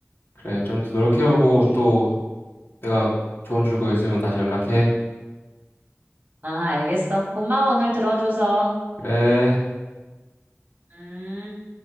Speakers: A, on the left (about 50°); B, on the right (about 35°).
A: 그래, 좀 더 노력해보고
B: 오케이.
A: 또 내가 조언 줄 거 있으면 다시 연락해.
B: 아, 알겠어. 고마워, 오늘 들어줘서.
A: 그래.
B: 음.